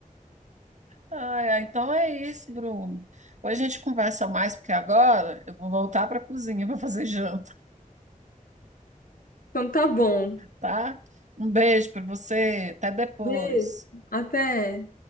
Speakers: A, on the right; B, on the left.
A: Ai, ai, então é isso, Bruno. Hoje a gente conversa mais, porque agora eu vou voltar para a cozinha para fazer janta.
B: Então tá bom.
A: tá? Um beijo para você, até depois.
B: Beijo, até.